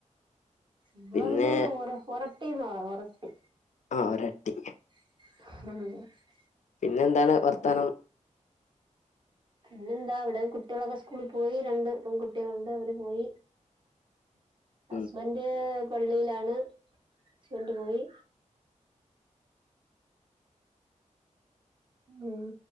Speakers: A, on the right; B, on the left.
A: ഇവളയ്ന്
B: പിന്നെ
A: ഓര ഓരെ <unintelligible>
B: ആ ഒരട്ടി
A: <unintelligible>
B: പിന്നെ എന്താണ് വർത്താനം
A: പിന്നെന്താ ഇവിടെ കുട്ടികളൊക്കെ സ്കൂളി പോയി രണ്ട് പെൺകുട്ടികളുണ്ട് അവര് പോയി ഹസ്ബന്റ്
B: ഉം
A: പള്ളിയിലാണ് ചീണ്ടുപോയി ഉം